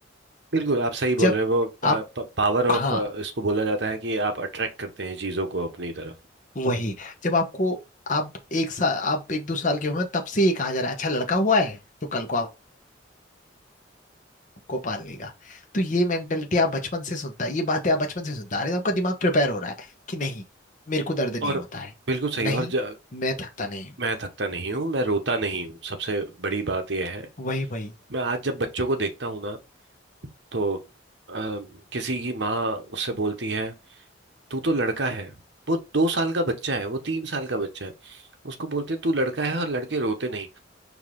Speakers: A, on the right; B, on the left.
A: बिल्कुल आप सही बोल
B: जब
A: रहे हैं वो
B: आप
A: पावर ऑफ
B: हाँ
A: इसको बोला जाता है कि आप अट्रैक्ट करते हैं चीज़ों को अपनी तरफ
B: वही जब आपको आप एक साल आप एक दो साल के हुए तब से ये कहा जा रहा है अच्छा लड़का हुआ है तो कल को आप- आपको पाल लेगा तो ये मेंटेलिटी आप बचपन से सुनता है ये बातें आप बचपन से सुनता आ रहे हैं आपका दिमाग प्रिपेयर हो रहा है कि नहीं मेरे को दर्द नहीं
A: और
B: होता है
A: बिल्कुल सही
B: नहीं
A: और ज,
B: मैं थकता नहीं हूँ
A: मैं थकता नहीं हूँ मैं रोता नहीं हूँ सबसे बड़ी बात यह है
B: वही वही
A: मैं आज जब बच्चों को देखता हूँ ना तो अ, किसी की माँ उससे बोलती है तू तो लड़का है वो दो साल का बच्चा है वो तीन साल का बच्चा है उसको बोलते हैं तू लड़का है और लड़के रोते नहीं